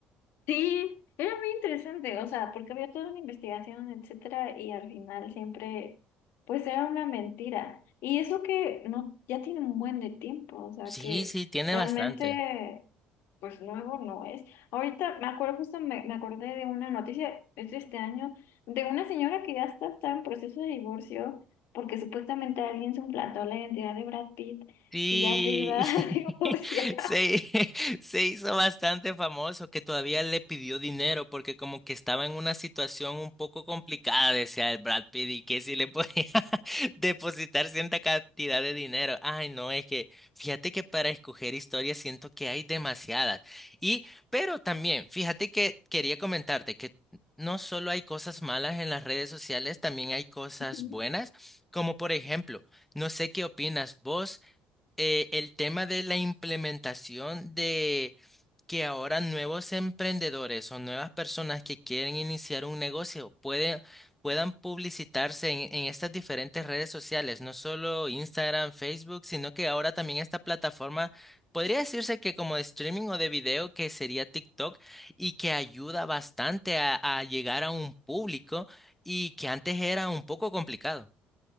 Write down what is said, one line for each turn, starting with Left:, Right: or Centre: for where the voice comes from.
Left: Sí, era muy interesante, o sea, porque había toda una investigación, etcétera, y al final siempre, pues era una mentira. Y eso que no, ya tiene un buen de tiempo, o sea,
Centre: Sí,
Left: que
Centre: sí, tiene
Left: realmente,
Centre: bastante.
Left: pues nuevo no es. Ahorita me acuerdo, justo me, me acordé de una noticia, es de este año, de una señora que ya está, está en proceso de divorcio, porque supuestamente alguien suplantó la identidad de Brad Pitt
Centre: Sí,
Left: y ya se iba <laughs> a divorciar.
Centre: <laughs> se, <laughs> se hizo bastante famoso que todavía le pidió dinero porque como que estaba en una situación un poco complicada, decía el Brad Pitt, y que si le podía <laughs> depositar cierta cantidad de dinero. Ay, no, es que fíjate que para escoger historias siento que hay demasiadas. Y, pero también, fíjate que quería comentarte que no solo hay cosas malas en las redes sociales, también hay cosas
Left: Ujú.
Centre: buenas, como por ejemplo, no sé qué opinas vos eh, el tema de la implementación de que ahora nuevos emprendedores o nuevas personas que quieren iniciar un negocio pueden, puedan publicitarse en, en estas diferentes redes sociales, no solo Instagram, Facebook, sino que ahora también esta plataforma podría decirse que como de streaming o de video que sería TikTok y que ayuda bastante a, a llegar a un público y que antes era un poco complicado.